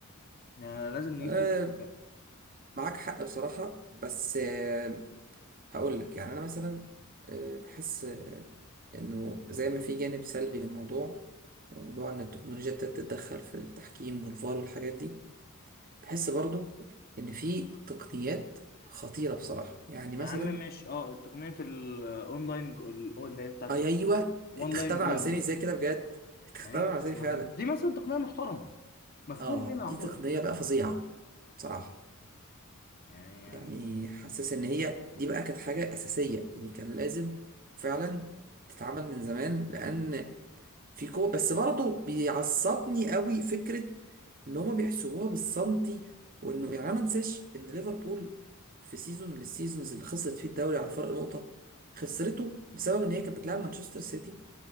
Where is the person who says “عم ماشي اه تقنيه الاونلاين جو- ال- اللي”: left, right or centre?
Left